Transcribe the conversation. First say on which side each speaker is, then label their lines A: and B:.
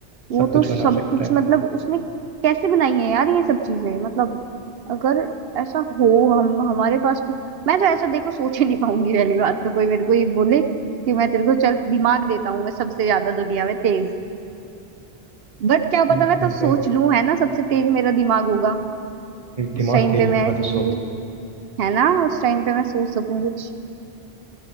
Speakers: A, on the right (about 70°); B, on the right (about 35°).
A: वो
B: सब कुछ
A: तो सब
B: बना सकता
A: कुछ
B: है
A: मतलब उसने कैसे बनाई है यार ये सब चीजें मतलब अगर ऐसा हो हम हमारे पास कुछ मैं तो ऐसा देखो सोच ही नहीं पाऊंगी पहली बात तो कोई मेरे को ये बोले कि मैं तेरे को चल दिमाग देता हूँ मैं सबसे ज्यादा दुनिया में तेज बट क्या पता
B: हम्म,
A: मैं तब सोच
B: भाई
A: लूं है ना सबसे तेज मेरा दिमाग होगा उस
B: दिमाग
A: टाइम
B: तेज
A: पे मैं
B: होगा
A: ऐसी
B: तो सोच
A: चीज है ना उस टाइम पे मैं सोच सकूं कुछ